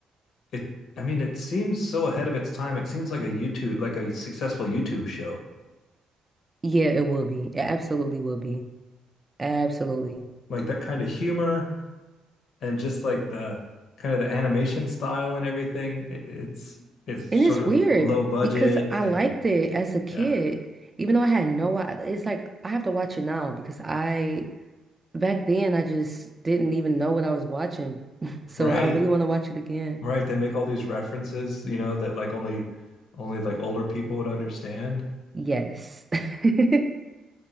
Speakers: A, on the left; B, on the right.
A: it I mean, it seems so ahead of its time. It seems like a YouTube like a successful YouTube show.
B: Yeah, it will be. It absolutely will be. Absolutely.
A: Like that kind of humor and just like the kind of the animation style and everything. It- It's it's
B: And
A: sort
B: it's
A: of
B: weird
A: low budget
B: because I
A: and
B: liked it as a kid,
A: Yeah.
B: even though I had no, i- it's like I have to watch it now because I, back then, I just didn't even know what I was watching. <laughs> So
A: Right.
B: I really want to watch it again.
A: Right. They make all these references, you know, that like only only like older people would understand.
B: Yes. <laughs>